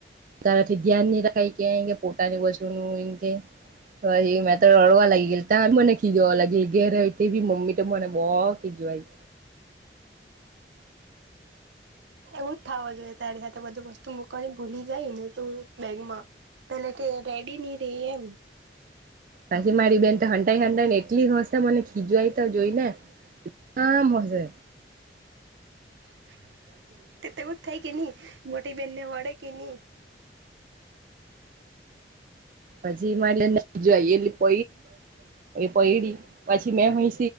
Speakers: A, on the right (about 45°); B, on the right (about 85°).
A: તારાથી ધ્યાન નહીં રખાય ક કે પોતાની વસ્તુનું એ કે હ એ મા રડવા લાગીલ ત મને ખીગવા લાગીલ ગે ભી મમ્મી તો મને બ ખી જવાઈ
B: એવું જ થવ જોઈએ તારી સાથે બધું વસ્તુ હું ક ભૂલી જાય બેગમાં પેલે કે રેડી નહી રે એમ
A: પાછી મારી બેન તો હંટાઈ હંટાઈ ને એટલી હસે મને ખીજવાય તો જોઈ ને એમ મજે
B: હ તે તેવું જ થાય કે નહી મોટી બેનને વડે કે નહી
A: પછી મારે જોઈ એ પ પ પછી મે હય